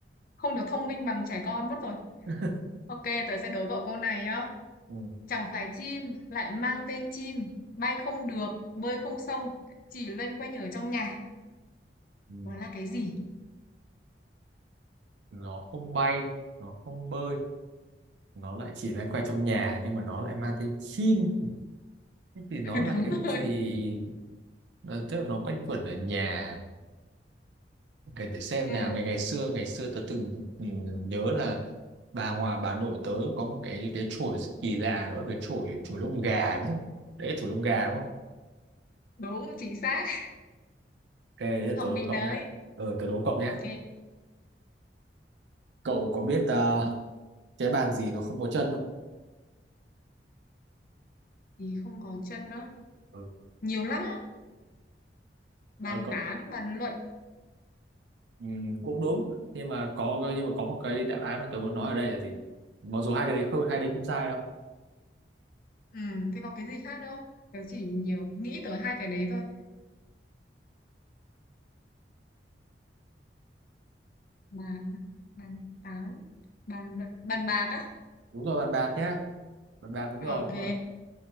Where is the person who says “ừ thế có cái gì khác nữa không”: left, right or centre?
Left